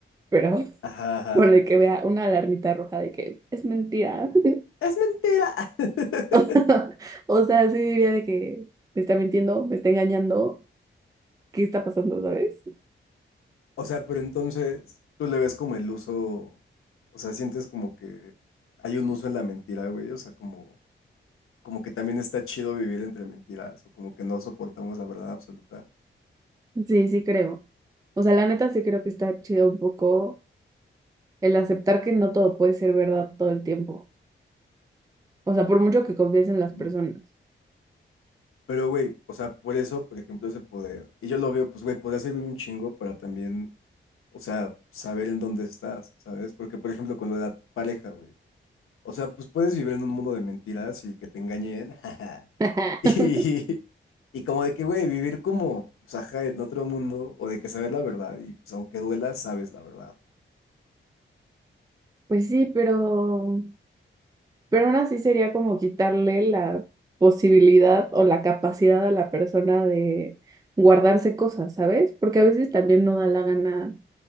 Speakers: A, on the right; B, on the left.
A: pero
B: ajá, ajá.
A: con el que vea una alarmita roja de que es mentira. <laughs>
B: Es mentira. <laughs>
A: O sea, o sea, sí diría de que me está mintiendo, me está engañando, ¿qué está pasando, sabes?
B: O sea, pero entonces tú le ves como el uso, o sea, sientes como que hay un uso en la mentira, güey, o sea, como, como que también está chido vivir entre mentiras, o como que no soportamos la verdad absoluta.
A: Sí, sí creo. O sea, la neta sí creo que está chido un poco el aceptar que no todo puede ser verdad todo el tiempo. O sea, por mucho que confíes en las personas.
B: Mm. Pero, güey, o sea, por eso, por ejemplo, ese poder. Y yo lo veo, pues, güey, podría servir un chingo para también, o sea, saber en dónde estás, ¿sabes? Porque, por ejemplo, con lo de la pareja, güey. O sea, pues puedes vivir en un mundo de mentiras y que te engañen. <laughs> jaja.
A: <laughs>
B: Y, y como de que, güey, vivir como, pues, ajá, en otro mundo, o de que saber la verdad, y pues aunque duela, sabes la verdad.
A: Pues sí, pero Pero aún así sería como quitarle la posibilidad o la capacidad a la persona de guardarse cosas, ¿sabes? Porque a veces también no da la gana